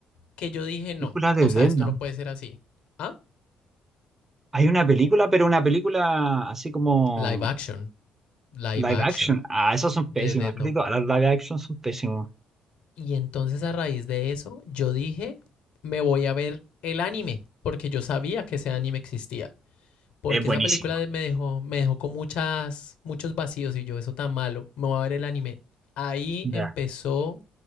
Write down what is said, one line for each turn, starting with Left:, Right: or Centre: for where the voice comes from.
Left: que yo dije, no,
Right: Película de
Left: o
Right: Death
Left: sea, esto
Right: Note.
Left: no puede ser así. Ah,
Right: Hay una película, pero una película así como
Left: live action, live
Right: live
Left: action
Right: action. Ah, esas son pésimas,
Left: de Dead
Right: casi
Left: Note.
Right: todas las live action son pésimas.
Left: Y entonces a raíz de eso, yo dije, me voy a ver el anime, porque yo sabía que ese anime existía. Porque
Right: Es buenísimo.
Left: esa película me dejó, me dejó con muchas, muchos vacíos y yo, eso tan malo, me voy a ver el anime. Ahí empezó
Right: Ya,